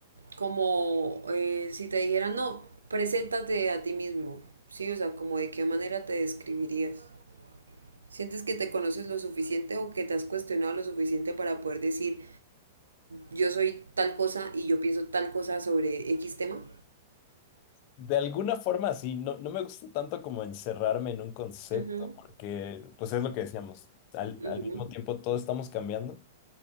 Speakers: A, on the right; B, on the left.
A: como eh, si te dijeran, no, preséntate a ti mismo, ¿sí? O sea, como de qué manera te describirías. ¿Sientes que te conoces lo suficiente o que te has cuestionado lo suficiente para poder decir, yo soy tal cosa y yo pienso tal cosa sobre X tema?
B: De alguna forma sí, no, no me gusta tanto como encerrarme en un concepto,
A: Ujú,
B: porque pues es lo que decíamos, al,
A: ujú.
B: al mismo tiempo todos estamos cambiando,